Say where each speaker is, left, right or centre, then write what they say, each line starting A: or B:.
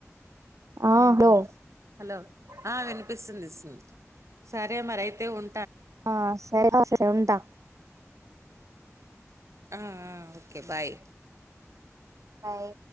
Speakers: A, on the right; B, on the right.
A: ఆ
B: ఊ
A: హలో
B: హలో ఆ వినిపిస్తుంది సరే మరైతే ఉం
A: ఆ సరే సరే ఉంటా
B: ఆ ఆ ఓకే బాయ్
A: బాయ్